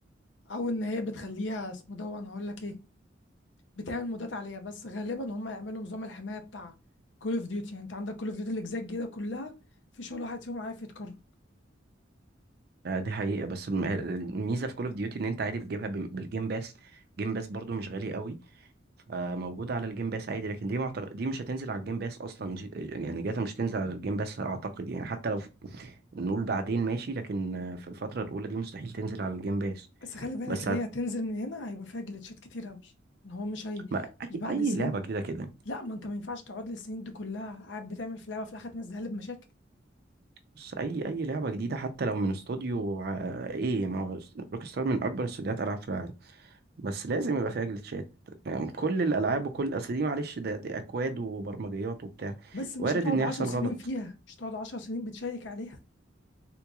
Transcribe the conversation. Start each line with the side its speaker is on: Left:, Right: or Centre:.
Left: او ان هي بتخليها اسمه ده انا هقول لك ايه بتعمل مودات عليها بس غالبا هم يعملوا نظام الحمايه بتاع كول اوف ديوتي يعني انت عندك كول اوف ديوتي الاجزاء الجديده كلها في شغل واحد فيهم عارف يتكرر
Right: آه، دي حقيقة بس الم- الميزة في كول اوف ديوتي ان انت عادي بتجيبها بال- بالجيم باس جيم باس برضو مش غالي قوي فموجودة على الجيم باس عادي لكن دي معتق... دي مش هتنزل على الجيم باس اصلا جي... يعني جاتا مش هتنزل على الجيم باس اعتقد يعني حتى لو ف- نقول بعدين ماشي لكن آه، في الفترة الاولى دي مستحيل تنزل على الجيم باس
Left: بس خلي بالك
Right: بس
Left: هي
Right: هت...
Left: هتنزل من هنا هيبقى فيها جليتشات كتير قوي يعني هو مش هي
Right: ما... اي
Left: مش بعد
Right: اي
Left: السنين
Right: لعبة جديدة كده
Left: لا ما انت ما ينفعش تقعد للسنين دي كلها قاعد بتعمل في لعبه في الاخر تنزلها لي بمشاكل
Right: بس اي اي لعبة جديدة حتى لو من استوديو آه، ايه ما هو روك ستار من اكبر استوديوهات العاب في العالم بس لازم يبقى فيها جليتشات يعني كل الالعاب وكل اصل دي معلش ده دي اكواد وبرمجيات وبتاع
Left: بس مش
Right: وارد
Left: هتقعد
Right: ان يحصل
Left: عشر سنين
Right: غلط
Left: فيها مش هتقعد عشر سنين بتشيك عليها